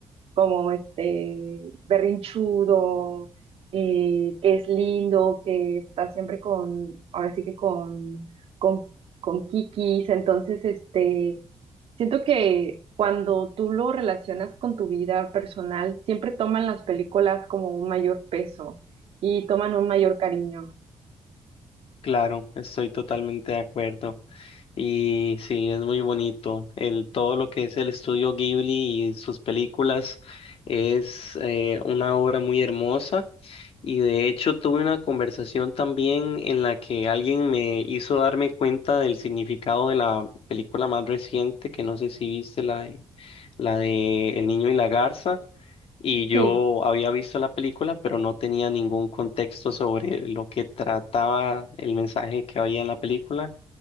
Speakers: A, on the right; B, on the left.
A: como este berrinchudo, eh, que es lindo, que está siempre con, ahora sí que con, con, con kikis. Entonces, este, siento que cuando tú lo relacionas con tu vida personal, siempre toman las películas como un mayor peso y toman un mayor cariño.
B: Claro, estoy totalmente de acuerdo. Y sí, es muy bonito. El, todo lo que es el estudio Ghibli y sus películas es eh, una obra muy hermosa. Y de hecho tuve una conversación también en la que alguien me hizo darme cuenta del significado de la película más reciente, que no sé si viste la de, la de El niño y la garza. Y yo
A: Sí,
B: había visto la película, pero no tenía ningún contexto sobre lo que trataba el mensaje que había en la película